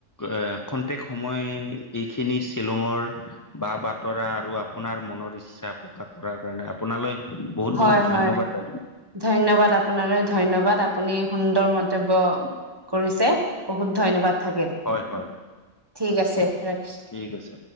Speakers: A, on the left; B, on the right.
A: এ খন্তেক সময় এইখিনি শ্বিলঙৰ বা বাট তৰা আৰু আপোনাৰ মনৰ ইচ্ছা প্ৰকাশ কৰাৰ কাৰণে আপোনালৈ বহুত
B: হয়
A: বহুত ধন্যবাদ
B: হয়
A: বাইদেউ
B: ধন্যবাদ আপোনালৈ ধ্যবাদ আপুনি সুন্দৰ মত কৰ্তব্য কৰিছে বহুত ধন্যবাদ থাকিল
A: হয় হয় হয়
B: ঠিক আছে ৰাখিছো
A: ঠিক আছে